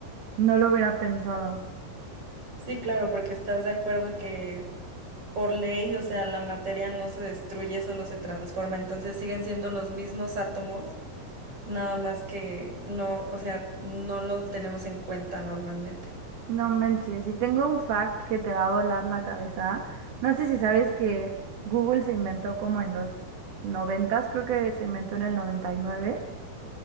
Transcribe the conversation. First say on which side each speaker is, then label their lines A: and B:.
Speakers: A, on the right; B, on the right.
A: no lo hubiera pensado.
B: Sí, claro, porque estás de acuerdo que por ley, o sea, la materia no se destruye, solo se transforma, entonces siguen siendo los mismos átomos, nada más que no, o sea, no lo tenemos en cuenta normalmente.
A: No manches, y tengo un fact que te va a volar la cabeza. No sé si sabes que Google se inventó como en los noventas, creo que se inventó en el noventa Y nueve